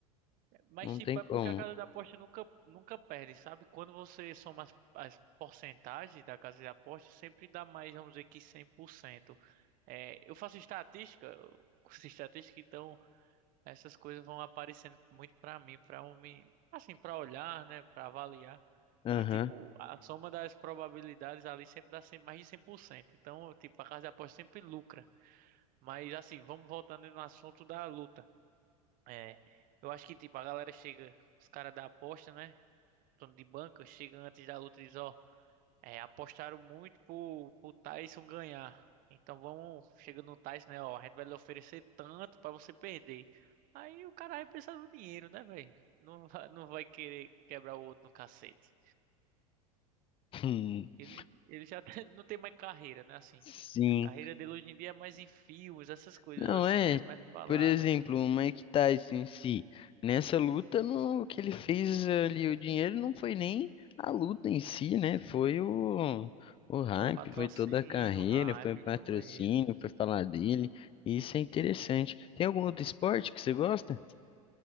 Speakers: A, on the right; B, on the left.
A: Mas,
B: não
A: tipo,
B: tem
A: é
B: como.
A: porque a casa de aposta nunca, nunca perde, sabe? Quando você soma as, as porcentagens da casa de aposta, sempre dá mais, vamos dizer que cem por cento É, eu faço estatística, <laughs> eu curso de estatística, então essas coisas vão aparecendo muito pra mim, pra eu me, assim, pra olhar, né, Pra avaliar.
B: Aham.
A: E, tipo, a soma das probabilidades ali sempre dá cem mais de cem por cento Então, tipo, a casa de aposta sempre lucra. Mas, assim, vamos voltando no assunto da luta. É, eu acho que, tipo, a galera chega, os caras da aposta, né? Dono de banca, chega antes da luta e diz, ó, é, apostaram muito pro, pro Tyson ganhar. Então vamos, chega no Tyson, né, ó, a gente vai lhe oferecer tanto pra você perder. Aí o cara vai pensar no dinheiro, né, velho? Não <laughs> vai, não vai querer quebrar o outro no cacete.
B: <laughs>
A: Ele, ele já tá- <laughs> não tem mais carreira, né, assim.
B: Sim.
A: A carreira dele hoje em dia é mais em filmes, essas coisas
B: Não
A: assim,
B: é,
A: né? Mais falada.
B: por exemplo, o Mike Tyson em si, nessa luta, no, o que ele fez ali, o dinheiro não foi nem a luta em si, né? Foi o, o hype,
A: Foi patrocínio,
B: foi toda a carreira,
A: hype,
B: foi o patrocínio,
A: isso mesmo.
B: foi falar dele. Isso é interessante. Tem algum outro esporte que você gosta?